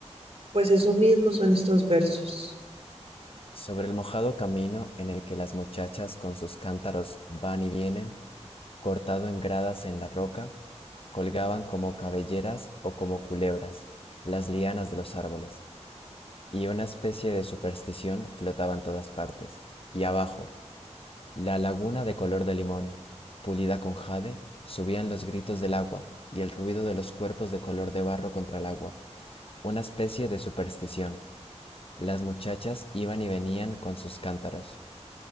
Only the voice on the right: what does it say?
pues eso mismo son estos versos.